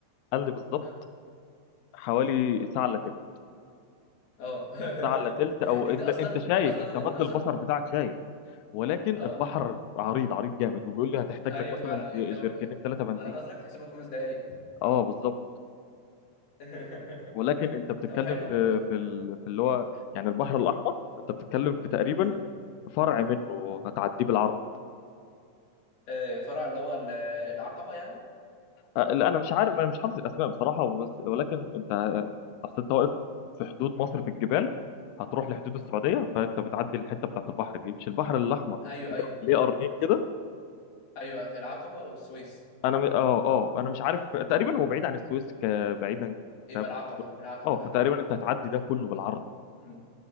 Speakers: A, on the left; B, on the left.
A: قال لي بالظبط
B: ها
A: حوالي ساعه الا تلت
B: اه
A: ساعه الا
B: <laughs>
A: تلت او
B: انت
A: انت
B: اصلا
A: انت شايف
B: اصلا
A: انت
B: من
A: مد
B: النظر
A: البصر بتاعك شايف ولكن
B: اه
A: البحر عريض عريض جامد وبيقول لي هتحتاج
B: ايوه
A: لك مثلا
B: فعلا
A: ج-
B: انت و-
A: جركنين ثلاثه بنزين
B: على نظرك تحس انهم خمس دقايق
A: اه بالظبط
B: <laughs>
A: ولكن انت بتتكلم
B: طب حلو
A: في
B: والله
A: في ال- في اللي هو يعني البحر الاحمر انت بتتكلم في تقريبا
B: امم
A: فرع منه هتعديه بالعرض
B: آه، فرع اللي هو ال- العقبة يعني
A: أه، لا انا مش عارف انا مش حافظ الاسماء بصراحه وبس ولكن انت اصل انت واقف في حدود مصر في الجبال هتروح لحدود
B: امم
A: السعوديه فانت بتعدي الحته بتاعت البحر دي مش البحر الاحمر
B: ايوه ايوه
A: ليه قرنين كده
B: ايوه العقبة والسويس
A: انا م... اه اه انا مش عارف تقريبا هو بعيد عن السويس ك- بعيدا
B: يبقى
A: تمام.
B: العقبة
A: قول لي.
B: العقبة
A: اه
B: العقبة
A: فتقريبا انت هتعدي ده كله بالعرض
B: امم